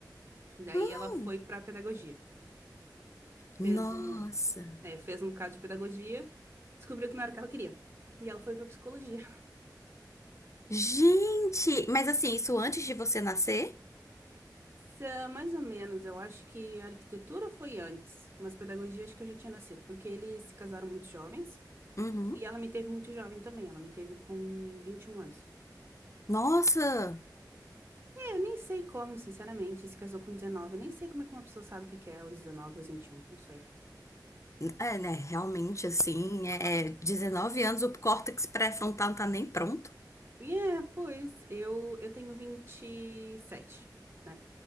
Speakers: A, on the right; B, on the left.
A: Daí
B: Hum,
A: ela foi pra pedagogia. Fez
B: nossa.
A: um, é, fez um bocado de pedagogia, descobriu que não era o que ela queria. E ela foi pra psicologia.
B: Gente, mas assim, isso antes de você nascer?
A: Sa- Mais ou menos, eu acho que a arquitetura foi antes, mas pedagogia acho que eu já tinha nascido, porque eles se casaram muito jovens.
B: Uhum.
A: E ela me teve muito jovem também, ela me teve com 21 anos.
B: Nossa!
A: É, eu nem sei como, sinceramente, se casou com 19, eu nem sei como é que uma pessoa sabe o que que é aos dezenove, aos vinte e um. não sei.
B: É, né? Realmente, assim, é é 19 anos, o córtex pré-frontal não tá nem pronto.
A: E é, pois, eu, eu tenho 27, né?